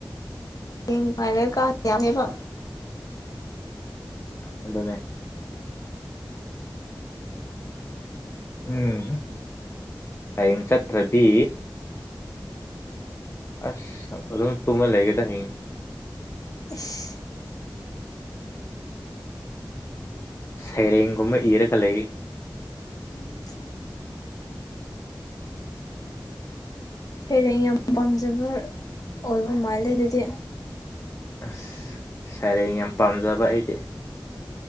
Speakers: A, on the left; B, on the left.
A: ꯊꯦꯡ ꯍꯥꯏꯔꯒ ꯀꯥꯡ ꯌꯥꯝꯃꯦꯕ
B: ꯑꯗꯨꯗꯅꯦ ꯎꯝ ꯍꯌꯦ ꯆꯠꯇ꯭ꯔꯗꯤ ꯑꯁ ꯑꯗꯨꯝ ꯇꯨꯝꯃ ꯂꯩꯒꯦꯗ ꯍꯌꯦꯅꯤ
A: ꯏꯁ
B: ꯁꯩꯔꯦꯡꯒꯨꯝꯕ ꯏꯔꯒ ꯂꯩ
A: ꯎꯝ ꯁꯦꯔꯦꯡ ꯌꯥꯝ ꯄꯥꯝꯖꯕ ꯑꯣꯏꯜꯕ ꯃꯥꯜꯂꯦ ꯑꯗꯨꯗꯤ
B: ꯑꯁ ꯁꯥꯔꯦ ꯌꯥꯝ ꯄꯥꯝꯖꯕ ꯑꯩꯗꯤ